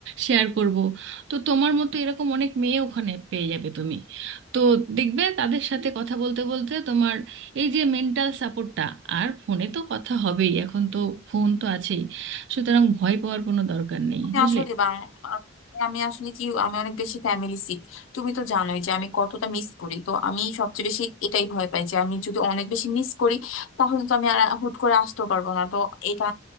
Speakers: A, on the right (about 65°); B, on the left (about 80°).
A: শেয়ার করব তো তোমার মতো এরকম অনেক মেয়ে ওখানে পেয়ে যাবে তুমি তো দেখবে তাদের সাথে কথা বলতে বলতে তোমার এই যে মেন্টাল সাপোর্টটা আর ফোনে তো কথা হবেই এখন তো ফোন তো আছেই সুতরাং ভয় পাওয়ার কোনো দরকার নেই
B: আমি
A: বুঝলে
B: আসলে বাং- আ- আমি আসলে কি আমি অনেক বেশি ফ্যামিলি সিক তুমি তো জানোই যে আমি কতটা মিস করি তো আমি সবচেয়ে বেশি এটাই ভয় পাই যে আমি যদি অনেক বেশি মিস করি তাহলে তো আমি আর হুট করে আসতেও পারবো না তো এটা